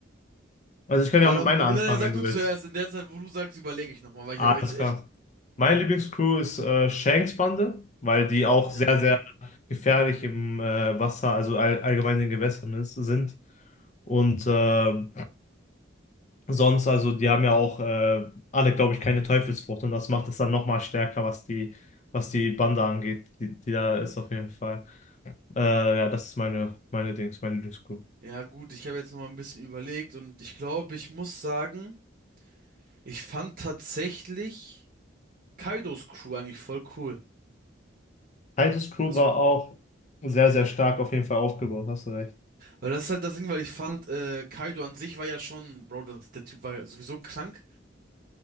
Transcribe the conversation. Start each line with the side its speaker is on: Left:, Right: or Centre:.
Left: Also, ich kann ja
Right: Ja,
Left: auch mit
Right: dann,
Left: meiner
Right: na.
Left: anfangen,
Right: na, sag
Left: wenn du
Right: du
Left: willst.
Right: zuerst. In der Zeit, wo du sagst, überlege ich nochmal, weil
Left: Alles
Right: ich habe jetzt echt.
Left: klar. Meine Lieblingscrew ist äh, Shanks Bande, weil die auch
Right: Ja.
Left: sehr, sehr gefährlich im äh, Wasser, also all, allgemein in den Gewässern ist, sind. Und äh, Sonst, also die haben ja auch äh, alle, glaube ich, keine Teufelsfrucht und das macht es dann nochmal stärker, was die, was die Bande angeht, die, die da ist auf jeden Fall. Äh, ja, das ist meine, meine Dings, meine Lieblingscrew.
Right: Ja, gut, ich habe jetzt nochmal ein bisschen überlegt und ich glaube, ich muss sagen, ich fand tatsächlich Kaidos Crew eigentlich voll cool.
Left: Titus Crew
Right: Also,
Left: war auch sehr, sehr stark auf jeden Fall aufgebaut, hast du recht.
Right: weil das ist halt das Ding, weil ich fand, äh, Kaido an sich war ja schon, Bro, das, der Typ war ja sowieso krank.